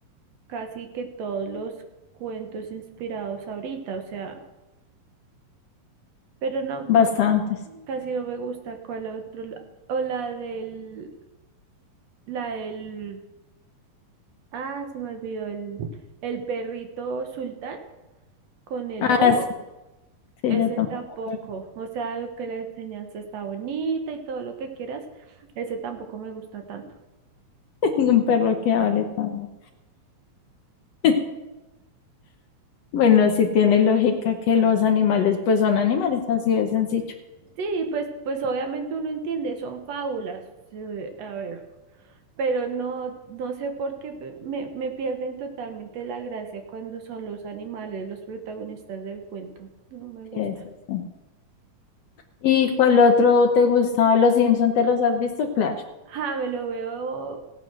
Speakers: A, on the right (about 60°); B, on the left (about 75°).
A: casi que todos los cuentos inspirados ahorita, o sea. Pero no,
B: bastantes.
A: no, casi no me gusta. ¿Cuál otro? la- O la del, la del, ah, se me olvidó, el, el perrito sultán con el
B: Ah,
A: lobo.
B: sí, sí,
A: Ese
B: ya tomó
A: tampoco,
B: la carta.
A: o sea, que la enseñanza está bonita y todo lo que quieras, ese tampoco me gusta tanto.
B: <laughs> un perro que hable también. <laughs> Bueno, sí tiene lógica que los animales, pues son animales, así de sencillo
A: Sí, pues, pues obviamente uno entiende, son fábulas. eh, a ver. pero no, no sé por qué pe- me, me pierden totalmente la gracia cuando son los animales los protagonistas del cuento. No me gusta.
B: que es así. ¿Y cuál otro te gustaba? ¿Los Simpson te los has visto? Claro.
A: Ah, me lo veo